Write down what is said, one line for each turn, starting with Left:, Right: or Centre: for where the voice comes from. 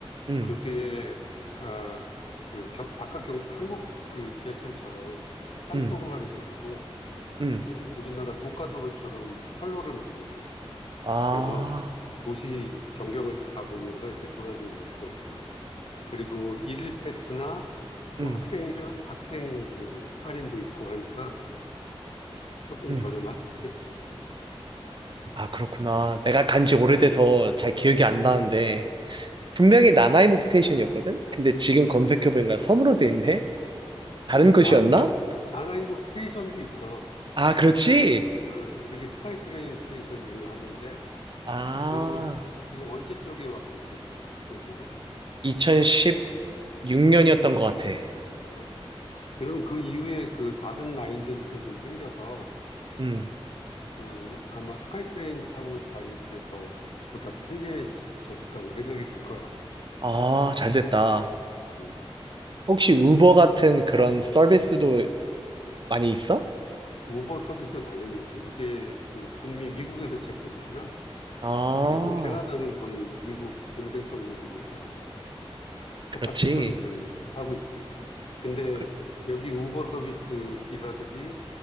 Right: 응,
Left: 그게 아, 그 겨- 바깥 경 한국 그 지하철처럼 땅속으로
Right: 응,
Left: 가는 게 아니고
Right: 응.
Left: 어, 우리나라 국가도로처럼 철로를 만든 거야.
Right: 아,
Left: 그래서 도시 전경을 다 보면서 이렇게 돌아다닐 수가 있어. 그리고 일일 패스나 뭐
Right: 응,
Left: 학생이면 학생 그 할인도 있고 하니까 조금
Right: 응.
Left: 저렴하겠지.
Right: 아, 그렇구나. 내가 간지 오래돼서 잘 기억이 안 나는데, 분명히 나나이모 스테이션이었거든? 근데 지금 검색해보니까 섬으로 돼 있네? 다른
Left: 음,
Right: 곳이었나?
Left: 아 그러니까 나나이모 스테이션도 있어.
Right: 아, 그렇지?
Left: 어, 그게 스카이트레인 스테이션 중에 하나인데
Right: 아,
Left: 그 지금 언제 쪽에 왔었지? 여기를?
Right: 2016년이었던 것 같아.
Left: 아, 그러면 그 이후에 그 다른 라인들도 좀 생겨서
Right: 음.
Left: 그 아마 스카이트레인 타고 다닐 때 더 보다 편리해졌다고 생각이 들 거야.
Right: 아, 잘 됐다.
Left: 음.
Right: 혹시 우버 같은 그런 서비스도 많이 있어?
Left: 우버 서비스 당연히 있지. 이게 그 북미 미국에서 시작된 거잖아.
Right: 아,
Left: 그리고 캐나다는 거의 미국 동생 정도 되니까
Right: 그렇지.
Left: 똑같은 서비스를 하고 있지. 근데
Right: 그-
Left: 여기 우버 서비스 기사들이